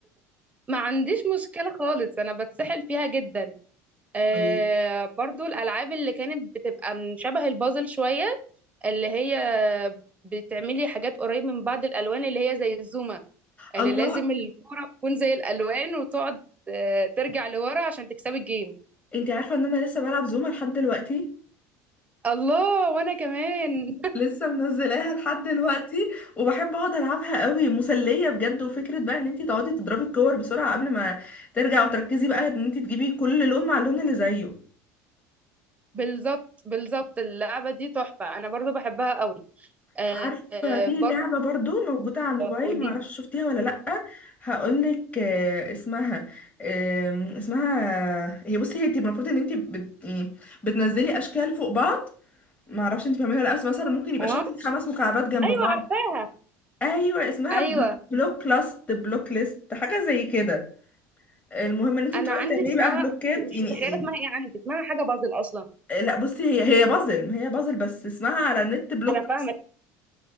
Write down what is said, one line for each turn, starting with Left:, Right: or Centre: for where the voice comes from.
Right: ما عنديش مشكله خالص انا بتسحل فيها جدا آه،
Left: <laughs>
Right: برضو الالعاب اللي كانت بتبقى من شبه البازل شويه اللي هي بتعملي حاجات قريب من بعض الالوان اللي هي زي الزومه اللي
Left: الله
Right: لازم الكوره تكون زي الالوان وتقعد آه، ترجع لورا عشان تكسبي الجيم
Left: انتي عارفة ان انا لسه بلعب زوما لحد دلوقتي
Right: الله وانا كمان
Left: لسه منزلاها لحد دلوقتي وبحب اقعد العبها قوي مسلية بجد وفكرة بقى ان انتي تقعدي تضربي الكور بسرعة قبل ما ترجع وتركزي بقى ان انتي تجيبي كل لون مع اللون اللي زيه
Right: <laughs> بالظبط بالظبط اللعبه دي تحفه انا برضو بحبها قوي آه
Left: عارفة
Right: آه،
Left: في
Right: برضو
Left: لعبة برضو موجودة على الموبايل
Right: قولي
Left: معرفش
Right: لي
Left: شفتيها ولا لأ هقولك آه، اسمها آم، اسمها هي بصي هي تبقى المفروض ان انتي بت... يعني بتنزلي اشكال فوق بعض معرفش انتي بتعمليها ولا لأ بس مثلا ممكن يبقى
Right: اه
Left: شكل خمس مكعبات جنب
Right: ايوه
Left: بعض
Right: عارفاها
Left: ايوه اسمها
Right: ايوه
Left: بل- بلوك لاست بلوك ليست حاجه زي كده المهم ان انت
Right: انا
Left: بتقعدي
Right: عندي
Left: تعملي
Right: اسمها
Left: بقى بلوكات
Right: مش
Left: يعني
Right: متخيله اسمها ايه عندي اسمها حاجه بازل اصلا
Left: لا بصي هي هي بازل ما هي بازل بس اسمها على النت بلوك
Right: انا فاهمه
Left: لاست